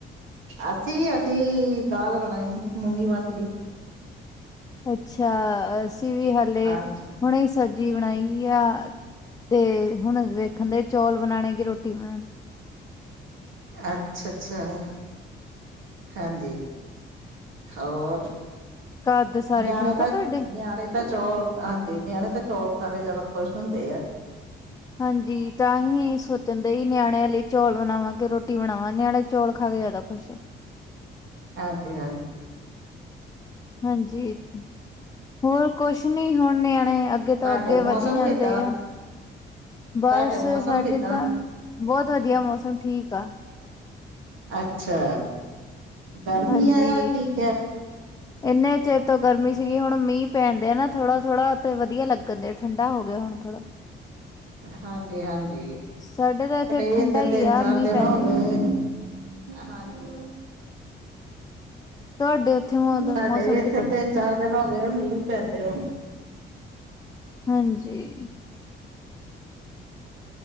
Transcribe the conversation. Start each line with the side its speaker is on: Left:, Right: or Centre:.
Right: ਅਸੀਂ ਵੀ ਅਸੀਂ ਦਾਲ ਬਣਾਈ ਮੂੰਗੀ ਮਸਰੀ।
Left: ਅੱਛਾ, ਅਸੀਂ ਵੀ ਹਾਲੇ
Right: ਹਾਂਜੀ
Left: ਹੁਣੇ ਸਬਜ਼ੀ ਬਣਾਈ ਆ ਤੇ ਹੁਣ ਵੇਖਣ ਦੇ ਚੌਲ ਬਣਾਣੇ ਕਿ ਰੋਟੀ ਬਣਾਣੀ।
Right: ਅੱਛਾ ਅੱਛਾ, ਹਾਂਜੀ। ਹੋਰ
Left: ਘਰ ਦੇ ਸਾਰੇ
Right: ਨਿਆਣੇ
Left: ਠੀਕ
Right: ਤਾਂ
Left: ਆ ਤੁਹਾਡੇ?
Right: ਨਿਆਣੇ ਤਾਂ ਚੌਲ- ਹਾਂਜੀ ਨਿਆਣੇ ਤਾਂ ਚੌਲ ਖਾ ਕੇ ਜੈਦਾ ਖੁਸ਼ ਹੁੰਦੇ ਆ।
Left: ਹਾਂਜੀ ਤਾਂ ਹੀ ਸੋਚਨ ਦੇ ਹੀ ਨਿਆਣਿਆਂ ਲਈ- ਚੌਲ ਬਨਾਵਾਂ ਕੇ ਰੋਟੀ ਬਣਾਵਾਂ ਨਿਆਣੇ ਚੌਲ ਖਾ ਕੇ ਜੈਦਾ ਖੁਸ਼ ਹੈ।
Right: ਇਹ ਤੇ ਹੈ।
Left: ਹਾਂਜੀ, ਹੋਰ ਕੁਸ਼ ਨੀ ਹੁਣ ਨਿਆਣੇ ਅੱਗੇ- ਅੱਗੇ
Right: ਤੁਹਾਡੇ
Left: ਤੋਂ ਅੱਗੇ
Right: ਮੌਸਮ
Left: ਵਧੀ ਜਾਂਦੇ
Right: ਕਿੱਦਾਂ
Left: ਆ
Right: ਤੁਹਾਡੇ
Left: ਬਸ
Right: ਮੌਸਮ
Left: ਸਾਡੇ
Right: ਕਿੱਦਾਂ
Left: ਤਾਂ- ਬੋਤ ਵਧੀਆ ਮੌਸਮ ਠੀਕ ਆ।
Right: ਅੱਛਾ। ਗਰਮੀ
Left: ਹਾਂਜੀ।
Right: ਆ ਜਾਂ ਠੀਕ ਹੈ
Left: ਏਨੇ ਚਿਰ ਤੋਂ ਗਰਮੀ ਸੀਗੀ ਹੁਣ ਮੀਂਹ ਪੈਣ ਦੇਆ ਨਾ ਥੋੜਾ, ਥੋੜਾ ਤੇ ਵਧੀਆ ਲੱਗ। ਕਦੇ ਠੰਡਾ ਹੋ ਗਿਆ ਹੁਣ ਥੋੜ੍ਹਾ।
Right: ਹਾਂਜੀ ਹਾਂਜੀ
Left: ਸਾਡੇ ਤੇ ਇੱਥੇ ਠੰਢਾ
Right: ਵੀ
Left: ਹੀ
Right: ਤਿੰਨ
Left: ਆ
Right: ਚਾਰ
Left: ਮੀਂਹ
Right: ਦਿਨ
Left: ਪੈਂਦੇ
Right: ਹੋ ਗਏ
Left: ਆ। <inaudible> <inaudible>
Right: ਹਾਂਜੀ।
Left: ਤੁਹਾਡੇ- ਉੱਥੇ ਮੌ
Right: ਸਾਡੇ
Left: ਮੌਸਮ
Right: ਵੀ ਇੱਥੇ
Left: ਕਿੱਦਾਂ ਦਾ?
Right: ਤਿੰਨ-ਚਾਰ ਦਿਨ ਹੋ ਗਏ ਮੀਂਹ ਪੈਂਦੇ ਨੂੰ।
Left: ਹਾਂਜੀ।